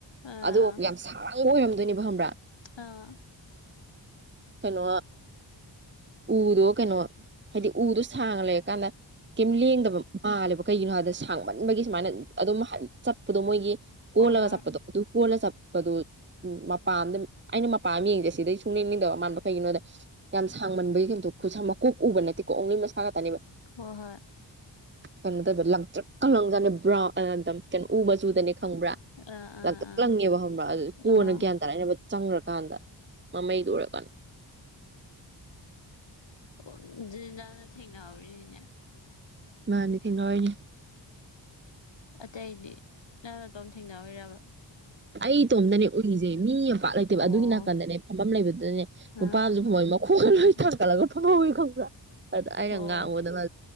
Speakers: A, on the left; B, on the right.
A: ꯑꯥ
B: ꯑꯗꯣ
A: ꯑꯥ
B: ꯌꯥꯝ ꯁꯥꯕꯦ ꯈꯪꯕ ꯑꯣꯏꯔꯝꯗꯣꯏꯅꯦꯕ ꯍꯪꯕ꯭ꯔꯥ
A: ꯑꯥ
B: ꯀꯩꯅꯣ ꯎꯗꯣ ꯀꯩꯅꯣ ꯍꯥꯏꯗꯤ ꯎꯗꯣ ꯁꯥꯡꯉ ꯂꯩꯔꯀꯥꯟꯗ ꯀꯝ ꯂ ꯌꯦꯡꯗꯕꯝ ꯃꯥꯦ ꯀꯩꯒꯤꯅꯣ ꯍꯥꯏꯕꯗ ꯁꯥꯡꯃꯟꯕꯒꯤ ꯁꯨꯃꯥꯏꯅ ꯑꯗꯨꯝ ꯆꯠꯄꯗꯣ ꯃꯣꯏꯒꯤ ꯀꯣꯂꯒ
A: ꯍꯣꯏ ꯍꯣꯏ
B: ꯁꯞꯄ ꯑꯗꯨꯣ ꯑꯗꯨ ꯐꯣꯟ ꯅꯥ ꯆꯞꯄ ꯑꯗꯨ ꯎꯝ ꯃꯄꯥ ꯑꯗ ꯑꯩꯅ ꯃꯄꯥ ꯑꯃ ꯌꯦꯡꯁꯦ ꯁꯤꯗꯩ ꯁꯨꯡꯅꯤꯡꯦꯡꯅꯤꯡꯗꯕ ꯃꯥꯟꯅꯗꯕ ꯀꯩꯒꯤꯅꯣꯗ ꯌꯥꯝ ꯁꯥꯡꯃꯟꯕꯒꯤ ꯦꯟꯗꯣ ꯈꯨ ꯃꯀꯣꯛ ꯎꯕ ꯅꯠꯇꯦꯀꯣ ꯑꯣꯡꯂꯤ ꯃꯁꯥ ꯉꯛꯇꯇꯅꯦꯕ
A: ꯍꯣꯏ ꯍꯣꯏ
B: ꯀꯩꯅꯣ ꯇꯧ ꯂꯪꯆꯛꯀ ꯂꯪꯖꯅꯤ ꯕ꯭ꯔꯥꯎꯟ ꯀꯩꯅꯣ ꯎꯕ ꯆꯨꯗꯅꯦ ꯈꯪꯕ꯭ꯔꯥꯇ
A: ꯑꯥ ꯑꯥ
B: ꯂꯪꯉꯦꯕ ꯈꯪꯕ꯭ꯔꯥ ꯑꯗꯨ ꯀꯣꯟꯅ
A: ꯑꯥ ꯑꯥ
B: ꯒ꯭ꯌꯥꯟ ꯇꯥꯔꯛꯏꯅꯕ ꯆꯪꯉ꯭ꯔꯀꯥꯟꯗ ꯃꯃꯩꯗ ꯑꯣꯏꯔꯀꯥꯟꯗ
A: ꯑꯣꯗꯥꯅ ꯊꯦꯡꯅ ꯍꯧꯔꯤꯅꯦ
B: ꯃꯥꯅꯦ ꯊꯅ ꯑꯣꯏꯅꯦ
A: ꯑꯇꯩꯗꯤ ꯅꯪꯅ ꯑ ꯑꯗꯨꯣꯝ ꯊꯦꯡꯅꯔꯣꯏꯔꯕ
B: ꯑꯩ ꯏꯇꯣꯝꯇꯅꯦ ꯎꯏꯁꯦ ꯃꯤ ꯌꯥꯝꯄꯥꯛ ꯂꯩꯇꯦꯕ
A: ꯑꯣ
B: ꯑꯗꯨꯒꯤ ꯅꯥꯀꯟꯗꯅꯦ ꯃ ꯅꯦ
A: ꯑꯥ
B: ꯅꯨꯄꯥꯁꯨ ꯃꯍꯩ ꯃꯈꯣꯡ ꯂꯣꯏ
A: ꯎꯝ
B: ꯊꯀꯠꯂꯒ ꯐꯍꯧ ꯈꯪꯕ꯭ꯔꯥ ꯑꯗ ꯑꯩꯅ
A: ꯑꯣ
B: ꯉꯥꯡꯉꯗꯕ